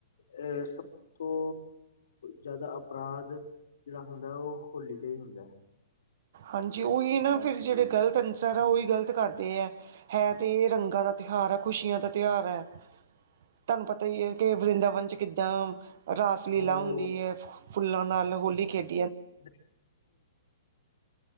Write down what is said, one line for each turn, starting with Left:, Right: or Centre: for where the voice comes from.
Left: ਅਹ ਸਭ ਤੋਂ ਜਿਦਾ ਅਪਰਾਧ ਜਿਹੜਾ ਹੁੰਦੇ, ਓ ਹੋਲੀ ਤੇ ਹੀ ਹੁੰਦੇ।
Right: ਹਾਂਜੀ, ਉਹੀ ਨਾ ਫੇਰ ਜਿਹੜੇ ਗ਼ਲਤ ਅਨਸਰ ਆ ਉਹੀ ਗ਼ਲਤ ਕਰਦੇ ਐ ਹੈ ਤੇ ਰੰਗਾਂ ਦਾ ਤਿਉਹਾਰ ਏ ਖੁਸ਼ੀਆਂ ਦਾ ਤਿਉਹਾਰ ਏ, ਤੁਹਾਨੂੰ ਪਤਾ ਈ ਏ ਕਿ ਵਰਿੰਦਾਵਨ ਚ ਕਿੱਦਾਂ ਰਾਸ ਲੀਲਾ
Left: ਉਹ
Right: ਹੁੰਦੀ ਏ, ਫੁੱਲਾਂ ਨਾਲ ਹੋਲੀ ਖੇਡ
Left: <inaudible>